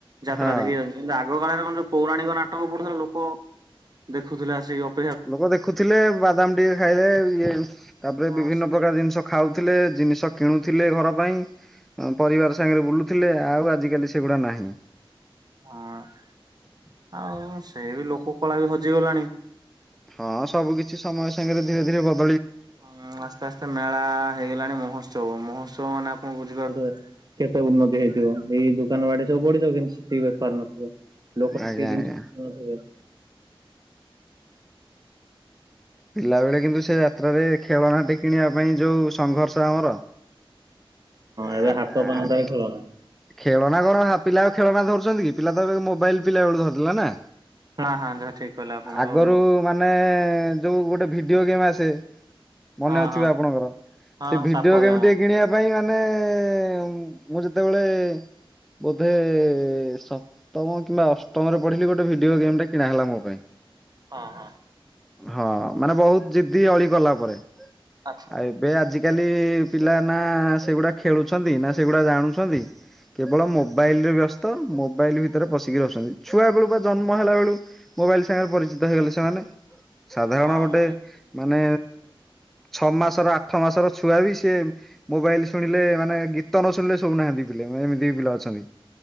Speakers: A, on the right (about 45°); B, in the centre.
A: ଯାତ୍ରା
B: ହଁ
A: ଦେଖି ଯାଉଛନ୍ତି କିନ୍ତୁ ଆଗକାଳରେ କଣ ଯୋଉ ପୌରାଣିକ ନାଟକ ପଡୁଥିଲା ଲୋକଅ-ଅ, ଦେଖୁଥିଲେ ଆସିକି ଅ
B: ଲୋକ ଦେଖୁଥିଲେ ବାଦାମ ଟିକେ ଖାଇଲେ ଇଏ ତାପରେ
A: ହଁ
B: ବିଭିନ୍ନ ପ୍ରକାର ଜିନିଷ ଖାଉ ଥିଲେ ଜିନିଷ କିଣୁଥିଲେ ଘର ପାଇଁ। ପରିବାର ସାଙ୍ଗରେ ବୁଲୁଥିଲେ ଆଉ ଆଜିିକାଲି ସେଗୁଡା ନାହିଁ।
A: ହଁଅ-ଅ ଆଉ ସେଇବି ଲୋକକଳା ବି ହଜିଗଲାଣି।
B: ହଁ ସବୁ କିଛି ସମୟ ସାଙ୍ଗରେ ଧୀରେ ଧୀରେ ବଦ୍
A: ହଁ ଆସ୍ତେ ଆସ୍ତେ ମେଳା ହେଇଗଲାଣି ମହୋ ଉତ୍ସବ, ମହୋତ୍ସବ ମାନେ ଆପଣ ବୁଝିପାରୁଥିବେ କେତେ ଉନ୍ନତି ହେଇଥିବ ଏଇ ଦୋକାନବାଡି ସବୁ ପଡିଥିବ କେମିତି। ସେ ବେପାର ନଥିବ ଲୋକ
B: ଆଜ୍ଞା
A: <inaudible> ଜିନିଷ
B: ଆଜ୍ଞା
A: କିଣୁଥିବେ।
B: ପିଲା ବେଳେ କିନ୍ତୁ ସେ ଯାତ୍ରାରେ ଖେଳନାଟି କିଣିବା ପାଇଁ ଯୋଉ ସଂଘର୍ଷ ଆମର। <inaudible>
A: ଏବେ ହାତ ପାଆନ୍ତାରେ ଖେଳନା।
B: ଖେଳଣା କଣ ହା ପିଲା ଆଉ ଖେଳଣା ଧରୁ ଛନ୍ତି କି, ପିଲା ତ ଏବେ ମୋବାଇଲ ପିଲାବେଳୁ ଧରିଦେଲା ନା।
A: ହଁ ହଁ ଯାହା ଠିକ କହିଲେ ଆପଣ
B: ଆଗରୁ
A: ଆଉ
B: ମାନେ ଯୋଉ ଗୋଟେ ଭିଡିଓ ଗେମ୍ ଆସେ। ମନେ
A: ହଁ ହଁ।
B: ଥିବ ଆପଣଙ୍କର,
A: ହଁ
B: ସେ ଭିଡିଓ
A: ସାପ ଗେମ୍।
B: ଗେମଟି କିଣିବା ପାଇଁ ମାନେଏ-ଏ-ଏ-ଏ ଉଁ ମୁଁ ଯେତେବେଳେ ବୋଧେ ସପ୍ତମ କିମ୍ବା ଅଷ୍ଟମରେ ପଢିଲି ଗୋଟେ ଭିଡିଓ ଗେମଟେ କିଣା ହେଲା ମୋ ପାଇଁ।
A: ହଁ- ହଁ।
B: ହଁ ମାନେ ବହୁତ ଜିଦି ଅଳି କଲା ପରେ,
A: ଆଚ୍ଛା।
B: ଆଉ ଏବେ ଆଜି ଆଜିକାଲିଇ-ଇ ପିଲା ନା ସେଗୁଡା ଖେଳୁଛନ୍ତି ନା ସେଗୁଡା ଜାଣୁଛନ୍ତି। କେବଳ ମୋବାଇଲରେ ବ୍ୟସ୍ତ ମୋବାଇଲ ଭିତରେ ପଶିକି ରହୁଛନ୍ତି ଛୁଆବେଳୁ ବା ଜନ୍ମହେଲା ବେଳୁ ମୋବାଇଲ ସାଙ୍ଗରେ ପରିଚିତ ହେଇଗଲେ ସେମାନେ, ସାଧାରଣ
A: ହଁ
B: ଗୋଟେ
A: ମୁଁ
B: ମାନେ ଛଅ ମାସର ଆଠ ମାସର ଛୁଆ ବି ସେ ମୋବାଇଲ୍ ଶୁଣିଲେ ମାନେ ଗୀତ ନ ଶୁଣିଲେ ଶୋଉନାହାନ୍ତି ପିଲେ ମାନେ ଏମିତି ବି ପିଲା ଅଛନ୍ତି